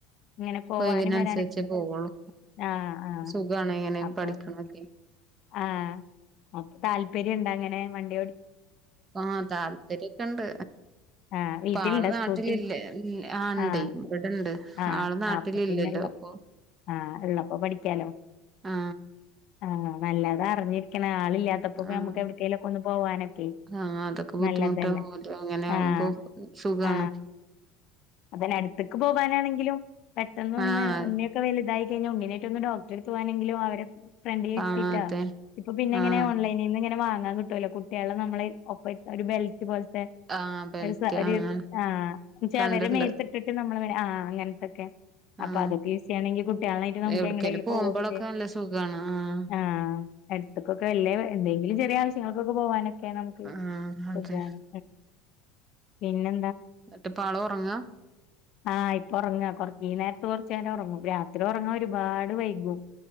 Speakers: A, on the left; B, on the right.
A: ഇങ്ങനെ പോവാനും
B: ഒഴിവിനനുസരിച്ചേ
A: വരാനൊക്കെ
B: പോവുള്ളൂ
A: ആ ആ
B: സുഖാണ് ഇങ്ങനെ
A: അപ്പൊ
B: പഠിക്കണൊക്കെ
A: ആഅപ്പൊ താല്പര്യംണ്ടങ്ങനെ വണ്ടിയോട്
B: ആ താല്പര്യൊക്കെണ്ട്
A: ആഹ് വീട്ടിലുണ്ടോ
B: പ ആള് നാട്ടിലില്ലേ
A: സ്കൂട്ടി
B: ആ ണ്ട്
A: ആഹ്
B: ഇവിടെണ്ട്
A: ആഹ്
B: ആള് നാട്ടിലില്ലല്ലോ
A: അപ്പൊ പിന്നെ ഇള്ള
B: അപ്പൊ
A: ആഹ് ള്ളപ്പോൊ പഠിക്കാലോ
B: ആ
A: ആ നല്ലാതറിഞ്ഞി എന ആളില്ലാത്തപ്പോ
B: ആ
A: നമക്ക് എവിടേക്കേലും പൊ പോവാനൊക്കെ
B: ആഹ് അതൊക്കെ ബുദ്ധിമുട്ടാവല്ലോ
A: നല്ലതല്ലേ
B: അങ്ങനെ ആവുമ്പോ
A: ആആ
B: സുഖാണ്
A: അതന് അടുത്തക്ക് പോവാനാണെങ്കിലും പെട്ടെന്ന് ഒന്ന്
B: ആഹ്
A: ന്നൊക്കെ വ <unintelligible> ഇതായി കഴിഞ്ഞ ഉണ്ണിനെട്ടൊന്ന് ഡോക്ടർത്ത്പോവാനെങ്കിലും അവരെ ഫ്രണ്ട് കിട്ടീട്ടാ
B: ആഹ് അതെ
A: ഇപ്പൊപ്പിന്നെങ്ങനെ
B: ആഹ്
A: ഓൺലൈനിൽ നിന്ന് ഇങ്ങനെ വാങ്ങാൻ പ കുട്ട്യാളെ നമ്മളൾ ഒപ്പ ഇരുത്തഒരു ബെൽറ്റ് ബെൽറ്റ് പോലത്തെ
B: ആഹ് ബെൽറ്റ്
A: ഒരു സാരി
B: ആഹ്
A: സ ആ ചവരെ
B: കണ്ടിണ്ട്
A: മേത്തിട്ടിട്ട് നമ്മൾ ആ അങ്ങനത്തൊക്കെ അപ്പൊതൊക്കെ
B: ആഹ്
A: യൂസ് ചെയ്യണെങ്കിൽ കുട്ടികളായിട്ട് നമുക്ക്
B: എവിടക്കേലും
A: എങ്ങട്ടെങ്കിലും
B: പോകുമ്പോളൊക്കെ
A: പോവുവൊക്കെ ചെയ്യാം
B: നല്ല സുഖാണ് ആഹ്
A: ആ എടുത്തക്കൊക്കെ വല്ലിയ എന്തെങ്കിലും ചെറിയ ആവശ്യങ്ങൾക്കൊക്കെ പോവാന് നമുക്ക്
B: ആഹ്
A: സുഖാണ്
B: അതെ
A: പിന്നെ
B: എന്നിട്ട് പാ ള്ഉറങ്ങാ
A: ആഇപ്പൊ ഉറങ്ങ കൊറ ഈ നേരത്ത് കൊറേച്ചരം ഉറങ്ങും രാത്രി ഉറങ്ങാ ഒരുപാട് വൈകും